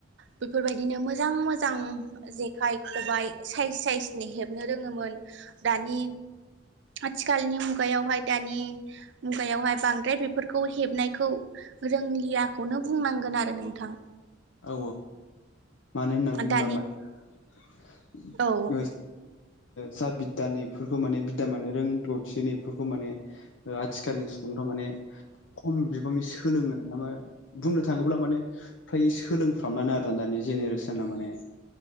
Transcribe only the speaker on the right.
बेफोरबायदिनो मोजां मोजां ओ जेखाइ खबाइ साइज साइजनि हेबनो रोङोमोन दानि आथिखालनि मुगायावहाय दानि मुगायावहाय बांद्राय बेफोर फोरखौ हेबनायखौ रोंलियाखौनो बुंनांगोन आरो नोंथां
दानि
औ